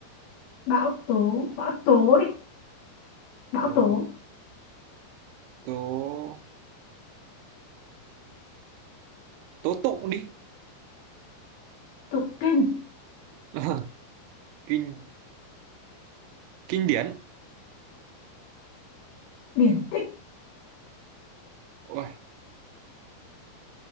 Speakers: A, on the left; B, on the right.
A: bão tố bão tố đi bão
B: tố
A: tố
B: tố tố tụng đi
A: tụ kinh
B: <laughs> kinh kinh điển
A: điển tích
B: ôi